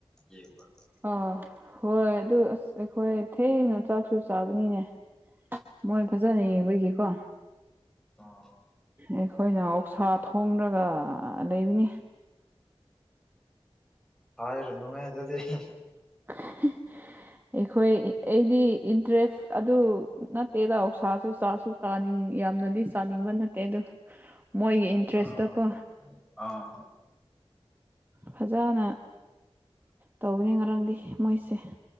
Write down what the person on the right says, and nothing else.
ꯑꯥ ꯍꯣꯏ ꯑꯗꯨ ꯑꯁ ꯑꯩꯈꯣꯏ ꯊꯦꯡꯅ ꯆꯥꯛꯁꯨ ꯆꯥꯕꯅꯤꯅꯦ ꯃꯣꯏ ꯐꯖꯅ
ꯌꯦꯡꯕꯒꯤꯀꯣ
ꯑꯩꯈꯣꯏꯅ ꯑꯣꯛꯁꯥ ꯊꯣꯡꯔꯒ ꯂꯩꯕꯅꯤ
<unintelligible> ꯑꯩꯈꯣꯏ ꯑꯩꯗꯤ ꯏꯟꯇ꯭ꯔꯦꯁ ꯑꯗꯨ ꯅꯠꯇꯦꯗ ꯑꯣꯛꯁꯥꯁꯨ ꯆꯥꯁꯨ ꯆꯥꯅꯤꯡ ꯌꯥꯝꯅꯗꯤ ꯆꯥꯅꯤꯡꯕ ꯅꯠꯇꯦ ꯑꯗꯨ ꯃꯣꯏꯒꯤ ꯏꯟꯇ꯭ꯔꯦꯁꯇꯀꯣ
ꯐꯖꯅ ꯇꯧꯕꯅꯤ ꯉꯔꯥꯡꯗꯤ ꯃꯣꯏꯁꯦ